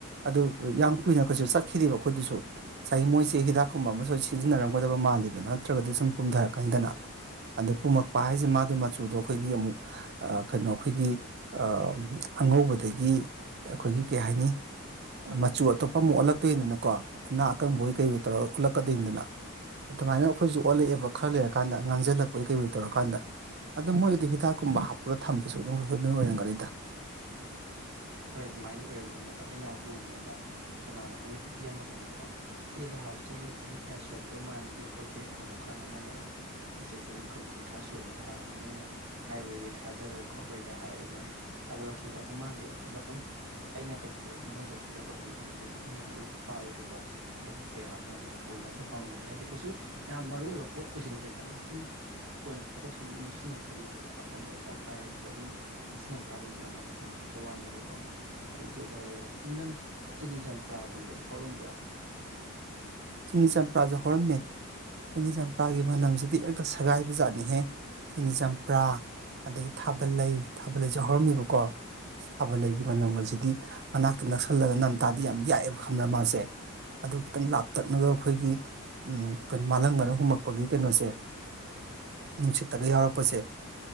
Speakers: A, on the right (about 50°); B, on the right (about 65°).
A: ꯑꯗꯨ ꯌꯥꯝ ꯀꯨꯏꯅ ꯀꯩꯁꯨ ꯆꯠꯈꯤꯗꯦꯕ ꯑꯩꯈꯣꯏꯗꯨꯁꯨ ꯉꯁꯥꯏꯒꯤ ꯃꯣꯏꯁꯦ ꯍꯤꯗꯥꯛꯀꯨꯝꯕ ꯑꯃ ꯁꯣꯏ ꯁꯤꯖꯤꯟꯅꯔꯝꯒꯗꯕ ꯃꯥꯜꯂꯤꯕ ꯅꯠꯇ꯭ꯔꯒꯗꯤ ꯁꯨꯝ ꯄꯨꯝꯗꯔꯛꯀꯅꯤꯗꯅ ꯑꯗ ꯄꯨꯝꯃꯛꯄ ꯍꯥꯏꯁꯦ ꯃꯥꯗꯣ ꯃꯆꯨꯗꯣ ꯑꯩꯈꯣꯏꯒꯤ ꯑꯃꯨꯛ ꯑ ꯀꯩꯅꯣ ꯑꯩꯈꯣꯏꯒꯤ ꯑ ꯑꯉꯧꯕꯗꯒꯤ ꯑꯩꯈꯣꯏꯒꯤ ꯀꯩꯍꯥꯏꯅꯤ ꯃꯆꯨ ꯑꯇꯣꯞꯄ ꯑꯃꯨꯛ ꯑꯣꯜꯂꯛꯇꯣꯏꯗꯅꯀꯣ ꯎꯅꯥ ꯑꯀꯪꯕꯑꯣꯏ ꯀꯩꯑꯣꯏ ꯇꯧꯔꯒ ꯑꯨꯠꯂꯛꯀꯗꯣꯏꯅꯤꯗꯅ꯫ ꯑꯗꯨꯃꯥꯏꯅ ꯑꯩꯈꯣꯏꯁꯨ ꯑꯣꯜꯂꯛꯑꯦꯕ ꯈꯔ ꯂꯩꯔꯀꯥꯟꯗ ꯉꯥꯡꯁꯤꯜꯂꯛꯄꯩ ꯀꯩꯑꯣꯏ ꯇꯧꯔꯀꯥꯟꯗ꯫ ꯑꯗꯣ ꯃꯣꯏꯒꯤꯗꯤ ꯍꯤꯗꯥꯛꯀꯨꯝꯕ ꯍꯥꯞꯄꯒ ꯊꯝꯕ ꯁꯣꯏ <unintelligible> ꯁꯣꯏꯗꯅ ꯑꯣꯏꯔꯝꯒꯅꯤꯗ꯫
B: ꯍꯣꯏ ꯑꯗꯨꯃꯥꯏꯅꯗꯤ ꯑꯣꯏꯔꯝꯗꯣꯏꯅꯦꯕ ꯑꯩꯅ ꯎꯕꯅꯦꯕ ꯀꯅꯥꯅꯣ ꯑꯃ ꯅꯨꯄꯤ ꯑꯃꯈꯛꯅꯀꯣ ꯁꯤꯒꯤ ꯂꯩꯍꯥꯎꯁꯦ ꯆꯍꯤ ꯀꯌꯥ ꯁꯨꯔꯝꯗꯧ ꯃꯥꯟꯒꯦ ꯈꯣꯠꯀꯦꯒ ꯍꯪꯉꯀꯥꯟꯗ ꯃꯣꯏꯅ ꯑꯦ ꯁꯤꯁꯦ ꯆꯍꯤ ꯀꯨꯟ ꯀꯨꯟꯊ꯭ꯔꯥ ꯁꯨꯔꯕ ꯂꯩꯍꯥꯎꯅꯦ ꯅꯣꯏꯅ ꯍꯥꯏꯕꯗꯗꯤ ꯊꯥꯖꯔꯣꯏ ꯈꯣꯠꯂꯣꯏꯒꯥꯏ ꯍꯥꯏꯔꯒ ꯑꯗꯨꯃꯥꯏ ꯇꯥꯒꯠꯂꯛꯈꯤꯕ ꯑꯗꯨ ꯃꯥꯒꯤ ꯑꯗ ꯑꯩꯅ ꯀꯩꯀꯩ ꯃꯣꯏꯗ ꯊꯥꯒꯠꯂꯛꯄ ꯀꯩꯀꯩ ꯏꯕ ꯈꯣꯠꯄ ꯃꯌꯥꯝꯗꯨ ꯄꯥꯔꯨꯗ꯭ꯔꯦꯕ꯫ ꯑꯗꯣ ꯀꯩꯀꯩ ꯍꯥꯞꯄꯅꯣꯁꯨ ꯊꯑꯣꯏꯅꯁꯨ ꯍꯪꯉꯨꯗ꯭ꯔꯦ ꯍꯥꯏꯗꯤ ꯀꯩꯁꯨ ꯌꯥꯝ ꯃꯔꯨ ꯑꯣꯏꯕ ꯄꯣꯠ ꯑꯣꯏꯁꯤꯜꯂꯨꯗꯪꯅ ꯑꯗꯨ ꯁꯨꯝ ꯀꯣꯟꯅ <inaudible> ꯁꯨꯝ ꯅꯤꯡꯁꯤꯡꯉꯛꯄꯒꯤ ꯀꯩꯀꯩ ꯍꯥꯞꯆꯥꯅꯣꯒ ꯍꯥꯏꯕꯒ ꯑꯗꯨꯝ ꯅꯤꯡꯁꯤꯡꯉꯀꯥꯟꯗ ꯅꯪꯉꯣꯟꯗ ꯍꯪꯉꯛꯄ ꯋꯥꯅꯦꯕ꯫ ꯀꯣ ꯑꯗꯨꯗꯣ ꯂꯩꯔꯦ ꯅꯪ ꯆꯤꯅꯤ ꯆꯝꯄ꯭ꯔꯥꯒꯨꯝꯕꯗꯤ ꯍꯧꯔꯝꯕ꯭ꯔꯣ꯫
A: ꯆꯤꯅꯤ ꯆꯝꯄ꯭ꯔꯥꯁꯨ ꯍꯧꯔꯝꯃꯦ ꯆꯤꯅꯤ ꯆꯝꯄ꯭ꯔꯥꯒꯤ ꯃꯅꯝꯁꯤꯗꯤ
B: ꯑꯗꯨ
A: ꯑꯦꯛꯇ ꯁꯦꯒꯥꯏꯕ ꯖꯥꯠꯅꯤꯍꯦ꯫ ꯁꯤꯅꯤ ꯆꯝꯄ꯭ꯔꯥ ꯑꯗꯒꯤ ꯊꯥꯕꯜꯂꯩ ꯊꯥꯕꯜꯂꯩꯁꯨ ꯍꯧꯔꯝꯃꯦꯕꯀꯣ꯫ ꯊꯥꯕꯜꯂꯩꯒꯤ ꯃꯅꯝꯒꯁꯤꯗꯤ ꯃꯅꯥꯛꯇ ꯅꯛꯁꯜꯂꯒ ꯅꯝꯇꯥꯗꯤ ꯌꯥꯝ ꯌꯥꯛꯑꯦꯕ ꯈꯪꯕ꯭ꯔ ꯃꯥꯁꯦ꯫ ꯑꯗꯨ ꯈꯤꯇꯪ ꯂꯥꯞ ꯇꯛꯅꯒ ꯑꯩꯈꯣꯏꯒꯤ ꯎ ꯀ-ꯃꯥꯂꯪꯕꯅ ꯍꯨꯝꯃꯛꯛꯄꯒꯤ ꯀꯩꯅꯣꯁꯦ ꯅꯨꯡꯁꯤꯠꯇꯒ ꯌꯥꯎꯔꯛꯄꯁꯦ